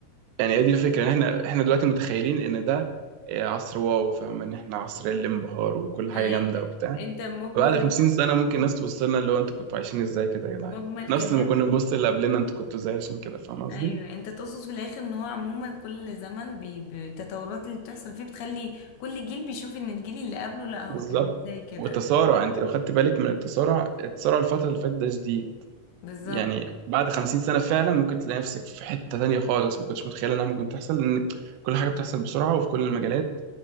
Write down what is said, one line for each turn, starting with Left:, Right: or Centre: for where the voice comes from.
Right: يعني هي دي الفكرة ان احنا احنا دلوقتي متخيلين ان ده آه، عصر واو فاهم ان احنا عصر الانبهار وكل
Left: يعني
Right: حاجة جامدة
Left: انت
Right: وبتاع
Left: انت مجمل
Right: بعد 50 سنة ممكن الناس تبص لنا اللي هو انتوا كنتوا عايشين ازاي كده يا
Left: مجمل
Right: جدعان نفس
Left: كلامك
Right: ما كنا بنبص اللي قبلنا انتوا كنتوا ازاي عشان كده فاهم قصدي
Left: ايوه انت تقصد في الاخر ان هو عموما كل زمن بي- بالتطورات اللي بتحصل فيه بتخلي كل جيل بيشوف ان الجيل اللي قبله لا
Right: بالظبط
Left: هو كان ازاي كده
Right: والتسارع انت لو خدت بالك من التسارع التسارع الفترة اللي فاتت ده شديد
Left: بالظبط
Right: يعني بعد 50 سنة فعلا ممكن تلاقي نفسك في حتة تانية خالص ما كنتش متخيل انها ممكن تحصل لان كل حاجة بتحصل بسرعة وفي كل المجالات